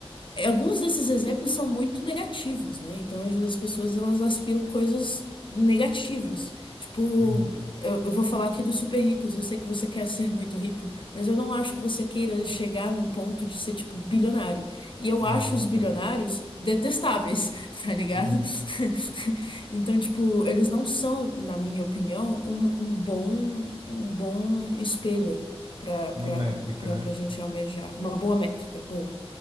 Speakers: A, on the left; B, on the right.
A: É, alguns desses exemplos são muito negativos, né? Então as as pessoas elas aspiram coisas negativas. Tipo,
B: uhum,
A: eu, eu vou falar aqui dos super ricos. Eu sei que você quer ser muito rico, mas eu não acho que você queira chegar num ponto de ser tipo bilionário. E eu
B: Não,
A: acho
B: não
A: os
B: quero.
A: bilionários detestáveis, <laughs> tá ligado?
B: uhum,
A: <laughs> Então, tipo, eles não são, na minha opinião, um, um bom um bom espelho. para
B: Uma
A: para
B: métrica,
A: para
B: né?
A: pra gente almejar. Uma boa métrica, boa.